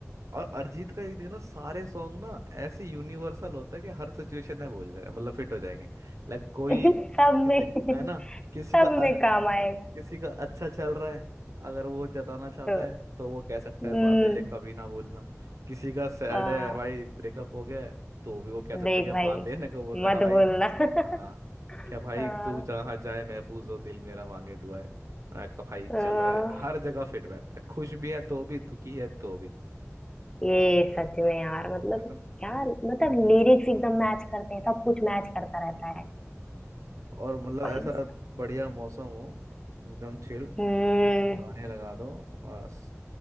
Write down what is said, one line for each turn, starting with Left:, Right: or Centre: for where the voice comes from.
Right: और अरिजीत का एक देखना सारे सॉन्ग ना ऐसे यूनिवर्सल होता है कि हर सिचुएशन में बोल जाए मतलब फिट हो जाएंगे लाइक कोई
Left: <laughs> सब
Right: किसी
Left: में सब
Right: है ना किसी का अ,
Left: में काम आएगा
Right: किसी का अच्छा चल रहा है अगर वो जताना चाहता
Left: तो
Right: है तो वो कह सकता
Left: हम्म
Right: है बात है ये कभी ना बोलना किसी का सैड
Left: हाँ
Right: है भाई ब्रेकअप हो गया है तो भी वो कह सकता
Left: देख
Right: है कि
Left: भाई
Right: बात है <laughs> ना को बोलना
Left: मत
Right: हाँ भाई
Left: बोलना
Right: हाँ
Left: <laughs>
Right: क्या भाई
Left: हाँ
Right: तू जहाँ जाए महफूज हो दिल मेरा मांगे दुआ है मैं कहा भाई चलो
Left: हाँ।
Right: हर जगह फिट बैठता है खुश भी है तो भी दुखी है तो भी
Left: ये सच में यार मतलब
Right: मैं तो
Left: क्या मतलब लिरिक्स एकदम मैच करते हैं सब कुछ मैच करता रहता है
Right: और मतलब
Left: भाई
Right: ऐसा
Left: साहब।
Right: बढ़िया मौसम हो एकदम चिल
Left: हम्म
Right: और गाने लगा दो बस